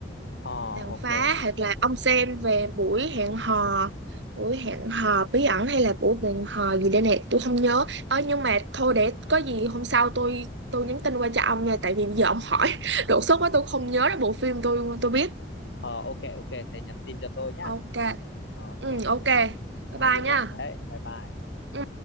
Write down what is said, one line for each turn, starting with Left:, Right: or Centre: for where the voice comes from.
Left: Ờ
Right: tàn
Left: ok.
Right: phá hoặc là ông xem về buổi hẹn hò buổi hẹn hò bí ẩn hay là buổi hẹn hò gì đây nè tôi không nhớ ơ nhưng mà thôi để có gì hôm sau tôi tôi nhắn tin qua cho ông nha tại vì bây giờ ông hỏi <laughs> đột xuất quá tôi không nhớ ra bộ phim tôi tôi biết
Left: Ờ ok ok thế nhắn tin cho tôi nhá.
Right: ok
Left: Ờ, ok nhắn
Right: ừ ok
Left: nhớ
Right: bye bye
Left: liên lạc
Right: nha
Left: đấy. Bye bye.
Right: Ừ.